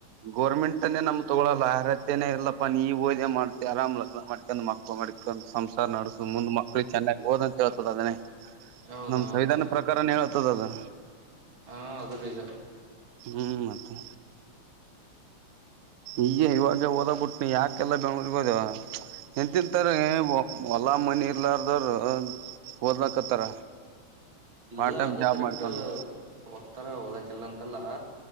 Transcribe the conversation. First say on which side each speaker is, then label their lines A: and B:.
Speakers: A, on the right; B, on the right.
A: ಗೌರ್ಮೆಂಟ್ ತನೇ ನಮ್ ತೊಗೊಳ್ಳಲ್ಲ ಅರ್ಹತನೇ ಇಲ್ಲಪ್ಪ ನೀ ಹೋದೆ ಮಾಡ್ತಿ ಆರಾಮ್ಲಗ್ ಮಡ್ಕಂಡ್ ಮಕ್ಳು ಮಡ್ಕೊಂಡ್ ಸಂಸಾರ ನಡ್ಸ ಮು ಮಕ್ಳಿಗೆ ಚೆನ್ನಾಗಿ ಹೋದ ಅಂತ ಹೇಳ್ತದ ಅದನ್ನೇ
B: ಹೌದೌದೌದು
A: ನಮ ಸಂೈಧಾನ ಪ್ರಕಾರನ ಹೇಳ್ತದ ಅದು
B: ಹಾ ಅದು ನಿಜ
A: ಹ್ಮ್ ಮತ್ತೆ ಈಗ ಇವಾಗ ಓದ ಬಿಟ್ನಿ ಯಾಕೆಲ್ಲ ಬೆಂಗಳೂರ್ಗ ಹೋದ ಎಂತಂತಾರೆ ಓಲ ಮನಿ ಇರ್ಲಾರದ್ರ ಓದ್ಲಕತ್ತಾರ
B: ಇಲ್ಲ
A: ಪಾರ್ಟ್ ಟೈಮ್
B: ಅದು
A: ಜಾಬ್
B: ಕರೆಕ್ಟ್
A: ಮಾಡ್ಕೊಂಡು
B: ಒ್ತ್ತರ ಓದಕಲ್ಲ ಅಂತಲ್ಲ